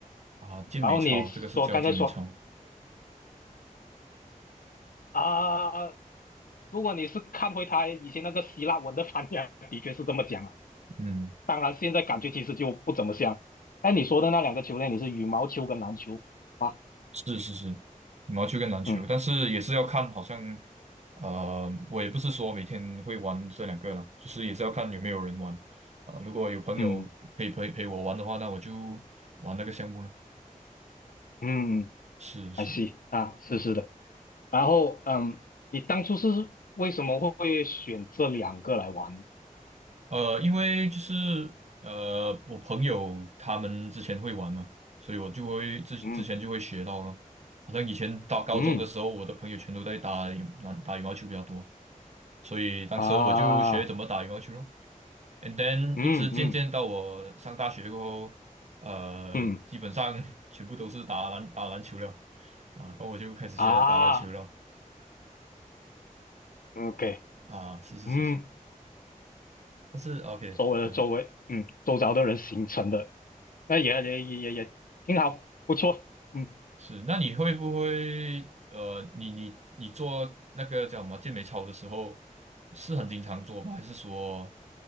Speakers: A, on the right (about 50°); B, on the left (about 85°).
A: 啊，健美操，
B: 然后你说刚才说
A: 这个是叫健美操。
B: 啊，如果你是看回他以前那个希腊文的翻译啊的确是这么讲了。
A: 嗯，
B: 当然现在感觉其实就不怎么像。哎，你说的那两个球类，你是羽毛球跟篮球吗？
A: 是是是，羽毛球跟篮球，
B: 嗯
A: 但是也是要看，好像呃，我也不是说每天会玩这两个啦，就是也是要看有没有人玩。呃，如果有朋友可以陪陪我玩的话，
B: 嗯
A: 那我就玩那个项目了。
B: 嗯
A: 是是。
B: 还 s 啊，是是的。然后嗯，你当初是为什么会选这两个来玩呢？
A: 呃，因为就是呃，我朋友他们之前会玩嘛，所以我就会之之前就会学到了。
B: 嗯
A: 好像以前到高中的时候，
B: 嗯
A: 我的朋友全都在打羽篮打羽毛球比较多，所以当时候我就学怎么打羽毛球咯。
B: 啊。
A: And then
B: 嗯嗯
A: 一直渐渐到我上大学过后，呃，
B: 嗯
A: 基本上 <laughs> 全部都是打篮打篮球了啊，然后我就开始学打篮球了
B: 啊，OK，
A: 啊，是是是是，
B: 嗯，
A: 但是 OK。
B: 周围的周围，
A: 嗯。
B: 嗯，周遭的人形成的，那也也也也也挺好，不错，嗯，
A: 是，那你会不会呃，你你你做那个叫什么健美操的时候，是很经常做吧？还是说